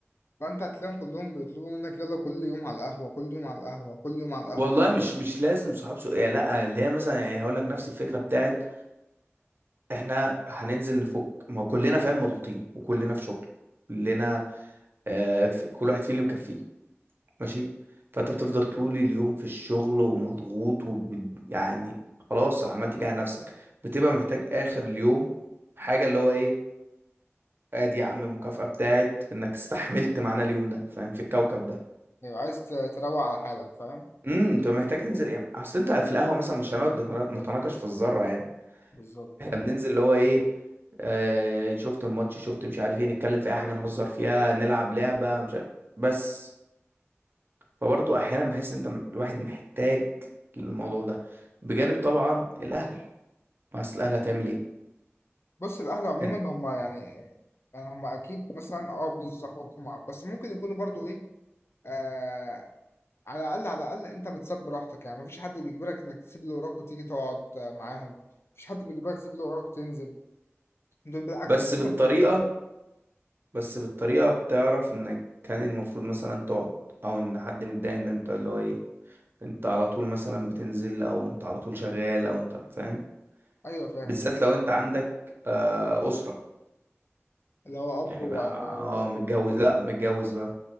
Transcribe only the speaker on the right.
والله مش مش لازم صحاب سوء يعني لا اللي هي مثلا يعني هقول لك نفس الفكره بتاعت احنا هننزل نفك ما هو كلنا فاهم مضغوطين وكلنا في شغل كلنا آه في كل واحد فينا اللي مكفيه ماشي فانت بتفضل طول اليوم في الشغل ومضغوط وب... يعني خلاص عمال تيجي على نفسك بتبقى محتاج اخر اليوم حاجه اللي هو ايه ادي يا عم المكافاه بتاعت انك استحملت معانا اليوم ده فاهم في الكوكب ده
امم انت محتاج تنزل يعني اصل انت في القهوه مثلا مش هنقعد نتنا- نتناقش في الذره يعني
احنا بننزل اللي هو ايه آه شفت الماتش شفت مش عارف ايه نتكلم في اي حاجه نهزر فيها نلعب لعبه مش عارف بس فبرضه احيانا بحس ان انت م- الواحد محتاج الموضوع ده بجانب طبعا الاهل ما اصل الاهل هتعمل ايه
انت
بس
بالطريقه
بس بالطريقه بتعرف انك كان المفروض مثلا تقعد او ان حد متضايق ان انت اللي هو ايه انت على طول مثلا بتنزل او انت على طول شغال او انت فاهم
بالذات
لو انت عندك آه، اسره
يعني
بقى
اه متجوز
لا متجوز بقى